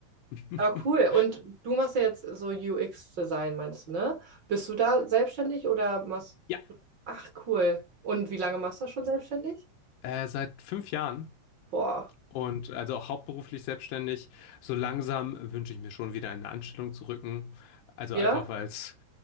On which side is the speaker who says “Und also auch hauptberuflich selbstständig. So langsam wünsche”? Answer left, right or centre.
Left